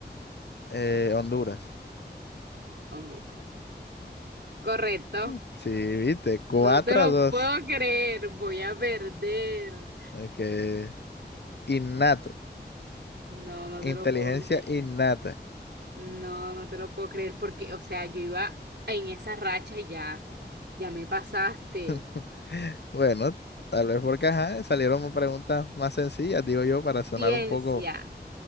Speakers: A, on the left; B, on the right.
A: eh, Honduras.
B: Honduras. Correcto.
A: Mm, Sí, viste, cuatro
B: No te lo
A: a 2.
B: puedo creer. Voy a perder.
A: Que innato,
B: No, no
A: inteligencia
B: te lo puedo creer.
A: innata.
B: No, no te lo puedo creer porque, o sea, yo iba en esa racha y ya, ya me pasaste.
A: <laughs> Bueno, tal vez porque ajá, salieron preguntas más sencillas, digo yo, para sonar
B: Ciencia.
A: un poco,